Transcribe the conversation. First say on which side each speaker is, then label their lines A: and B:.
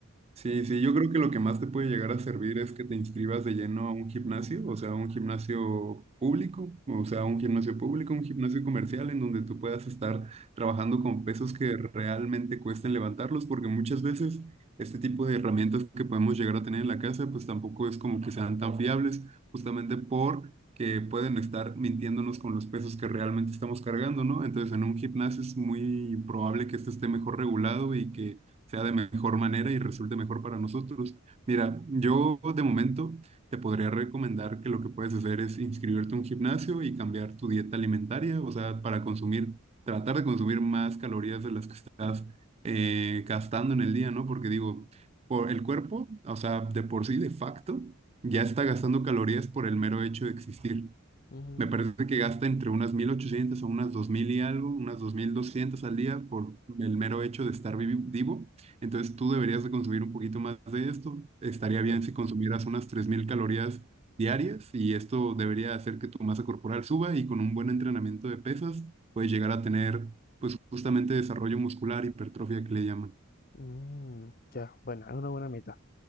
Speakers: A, on the right; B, on the left.
A: Sí, sí, yo creo que lo que más te puede llegar a servir es que te inscribas de lleno a un gimnasio, o sea, un gimnasio público, o sea, un gimnasio público, un gimnasio comercial en donde tú puedas estar trabajando con pesos que realmente cuesten levantarlos, porque muchas veces este tipo de herramientas que podemos llegar a tener en la casa, pues tampoco es como que sean tan fiables, justamente por que pueden estar mintiéndonos con los pesos que realmente estamos cargando, ¿no? Entonces, en un gimnasio es muy probable que este esté mejor regulado y que sea de mejor manera y resulte mejor para nosotros. Mira, yo de momento te podría recomendar que lo que puedes hacer es inscribirte a un gimnasio y cambiar tu dieta alimentaria, o sea, para consumir, tratar de consumir más calorías de las que estás eh, gastando en el día, ¿no? Porque digo, por el cuerpo, o sea, de por sí, de facto, ya está gastando calorías por el mero hecho de existir.
B: Ujú,
A: Me parece que gasta entre unas 1.800 a unas 2.000 y algo, unas 2.200 al día por el mero hecho de estar vivi- vivo. Entonces tú deberías de consumir un poquito más de esto. Estaría
B: claro.
A: bien si consumieras unas 3.000 calorías diarias y esto debería hacer que tu masa corporal suba y con un buen entrenamiento de pesas puedes llegar a tener pues justamente desarrollo muscular, hipertrofia que le llaman.
B: Mm, ya, bueno, es una buena meta.